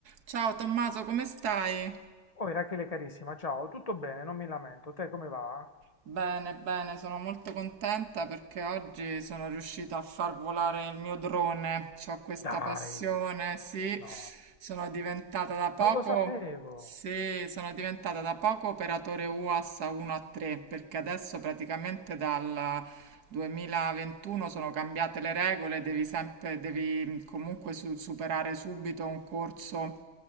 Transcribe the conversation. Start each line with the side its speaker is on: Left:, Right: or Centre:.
Right: Ciao Tommaso, come stai?
Left: Oh, Irachele carissima, ciao, tutto bene, non mi lamento. Te come va?
Right: Bene, bene, sono molto contenta perché oggi sono riuscita a far volare il mio drone. Ho questa
Left: Dai,
Right: passione, sì.
Left: no,
Right: Sono diventata da poco,
Left: non lo sapevo.
Right: sì, sono diventata da poco operatore UAS a 1 a 3 perché adesso praticamente dal 2021 sono cambiate le regole, devi sempre, devi comunque su- superare subito un corso